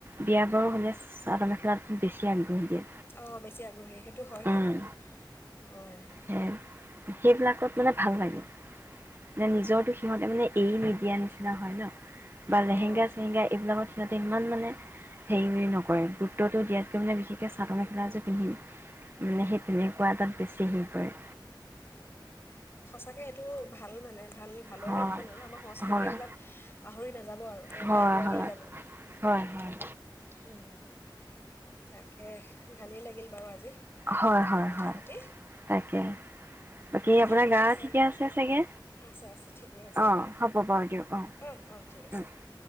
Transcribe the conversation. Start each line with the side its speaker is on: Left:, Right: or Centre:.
Right: বিয়া বাৰু হ'লে চাদদৰ মেখেলাত বেছি আগ্ৰহ দিয়ে
Left: অঁ বেছি আগ্ৰহী সেইটো হয়
Right: উম
Left: কিন্তু অঁ
Right: হে সেইবিলাকত মানে
Left: তাকে
Right: ভাল লাগে মে নিজৰটো সিহঁতে মানে এৰি নিদিয়া নিচিনা হয় ন বা লেহেংগা
Left: অঁ
Right: চেহেংগা এইবিলাক সিহঁত ইমান মানে হেৰি নকৰে গুৰুত্বতটো দিয়াতকে মানে বিশেষকে। চাদৰ মেখেলাযোৰ পিন্ধি মানে সেই তেনেকুৱা তাত বেছি হেৰি কৰে।
Left: সঁচাকে সেইটো ভাল মানে। ভাল ভালৰে
Right: হয়
Left: লক্ষণ আৰু আমাৰ সংস্কৃতিবিলাক
Right: হয়
Left: পাহৰি নাযাব আৰু সিহঁতে
Right: হয়
Left: আগুৱাই লৈ যাব।
Right: হয় হয় হয়
Left: উম। তাকে। ভালেই লাগিল বাৰু আজি।
Right: হয় হয়
Left: কথা
Right: হয়
Left: পাতি
Right: তাকে বাকী আপোনাৰ
Left: ঠিক
Right: গা ঠিকে
Left: বাৰু
Right: আছে চাগে
Left: আছে আছে ঠিকেই আছে
Right: অ
Left: বাৰু
Right: হ'ব বাৰু দিয়ক অ
Left: অঁ অঁ ঠিক আছে
Right: উম।